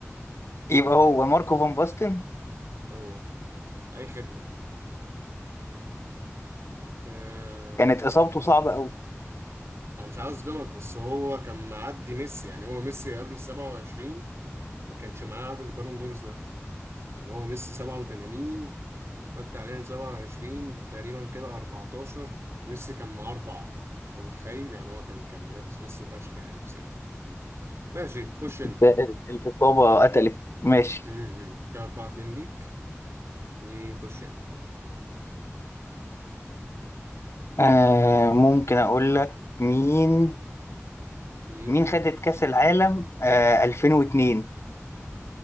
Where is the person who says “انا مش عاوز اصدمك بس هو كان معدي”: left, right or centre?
Right